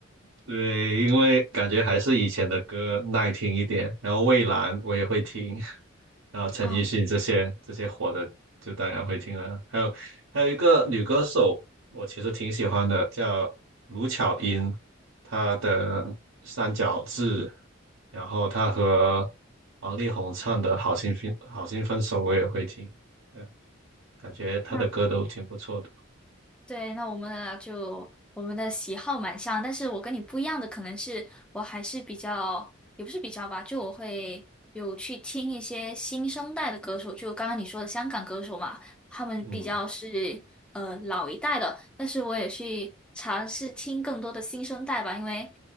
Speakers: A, on the right (about 80°); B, in the centre.
A: 对，因为感觉还是以前的歌耐听一点，然后蔚蓝我也会听，<laughs> 然后陈奕迅这些这些火的就当然会听了，
B: 啊，
A: 还有还有一个女歌手，我其实挺喜欢的，叫卢巧音，她的《三角志》，然后她和王力宏唱的《好心分好心分手》我也会听，嗯，感觉她的歌都挺不错的，
B: 那对，那我们呢就我们的喜好蛮像，但是我跟你不一样的可能是我还是比较，也不是比较吧，就我会有去听一些新生代的歌手，就刚刚你说的香港歌手嘛，他们比较是呃老一代的，
A: 嗯。
B: 但是我也去尝试听更多的新生代吧，因为。